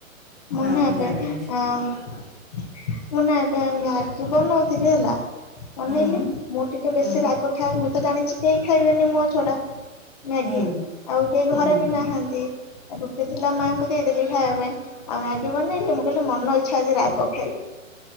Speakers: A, on the left (about 30°); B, in the centre.
A: ମୁନେ
B: ନା ମୁଁ
A: ଏବେ
B: ଜାଣିନି
A: ଆ ମୁଁ ନା ଏବେ ମ୍ୟାଗି ବନଉ ଥିଲି ହେଲା। ବନେଇଲି।
B: ହୁଁ
A: ମୁଁ ଟିକେ ବେଶୀ
B: ହୁଁ
A: ରାଗ ଖାଏ। ମୁଁ ତ ଜାଣିଛି କେହି ଖାଇବେନି ମୋ ଛଡା। ମ୍ୟାଗି
B: ହୁଁ
A: ଆଉ କେହି ଘରେ
B: ହୁଁ
A: ବି ନାହାନ୍ତି। ଏ ରୁଟି ଥିଲା ମାଆଙ୍କୁ ଦେଇଦେଲି ଖାଇବା ପାଇଁ। ଆଉ ମ୍ୟାଗି ବନେଇଲି ମୁଁ କହିଲି ମନ ଇଚ୍ଛା ଆଜି ରାଗ ଖାଇବି।